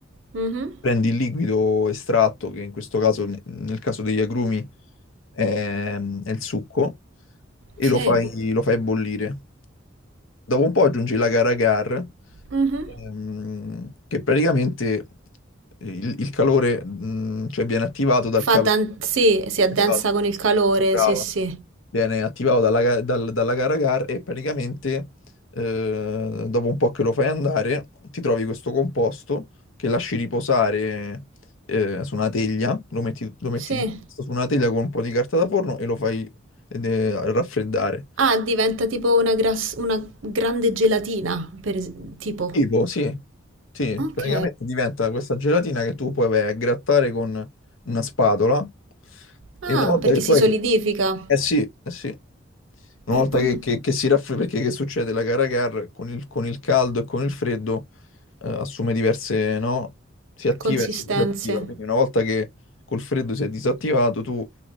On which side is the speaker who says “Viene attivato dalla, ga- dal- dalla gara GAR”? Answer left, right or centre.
Left